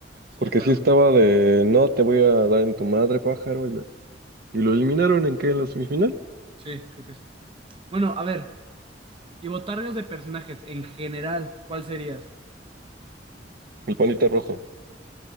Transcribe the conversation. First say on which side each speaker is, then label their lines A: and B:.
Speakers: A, on the right; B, on the right.
A: Sí,
B: Porque
A: yo también.
B: sí estaba de, no, te voy a dar en tu madre, pájaro. Y, lo y lo eliminaron en qué, en la semifinal.
A: Sí, creo que sí. Bueno, a ver, y botargas de personajes en general, ¿cuál serías?
B: El panita rojo.